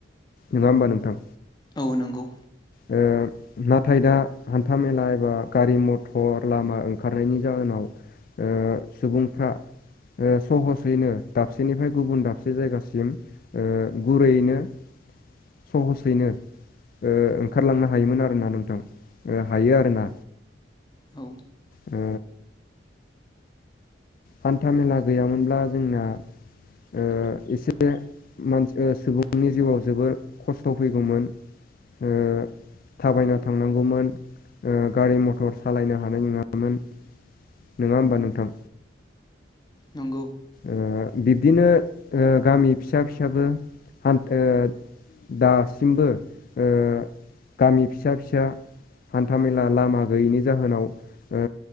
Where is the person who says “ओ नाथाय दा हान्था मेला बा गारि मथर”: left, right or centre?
Left